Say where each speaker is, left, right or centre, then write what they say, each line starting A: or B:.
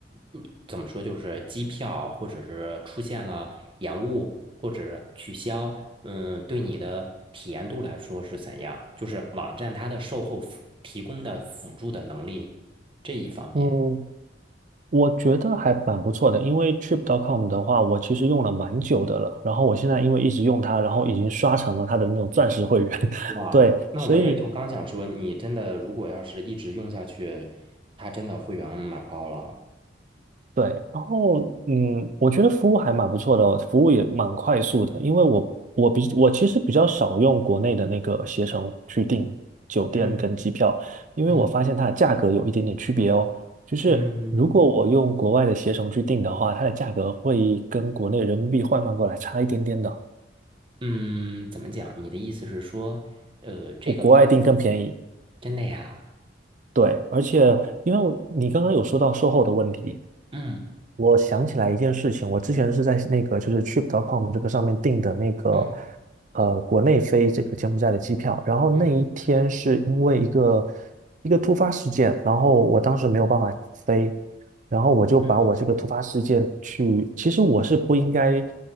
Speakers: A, on the right (about 30°); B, on the right (about 45°).
A: 嗯怎么说，就是机票，或者是出现了延误或者取消，嗯，对你的体验度来说是怎样？就是网站它的售后服提供的辅助的能力这一方面。
B: 嗯，我觉得还蛮不错的，因为 Trip.com 的话，我其实用了蛮久的了，然后我现在因为一直用它，然后已经刷成了它的那种钻石会员。<laughs>
A: 哇，
B: 对，
A: 那我也就刚想说，
B: 所以
A: 你真的如果要是一直用下去，它真的会员蛮高了。
B: 对，然后嗯，我觉得服务还蛮不错的哦，服务也蛮快速的，因为我我比我其实比较少用国内的那个携程去订酒店跟机票，
A: 嗯。
B: 因为我发现它的价格有一点点区别哦。
A: 嗯
B: 就是如果我用国外的携程去订的话，
A: 嗯
B: 它的价格会跟国内人民币换算过来差一点点的，
A: 嗯，怎么讲？你的意思是说，呃，这个更
B: 我国外订更便宜。
A: 真的呀？
B: 对，而且因为我你刚刚有说到售后的问题。
A: 哦，嗯
B: 我想起来一件事情，我之前是在那个就是 Trip.com 这个上面订的那个
A: 嗯
B: 呃国内飞这个柬埔寨的机票，然后那一天是因为一个
A: 嗯
B: 一个突发事件，然后我当时没有办法飞，然后我就把我这个突发事件去，
A: 嗯，
B: 其实我是不应该，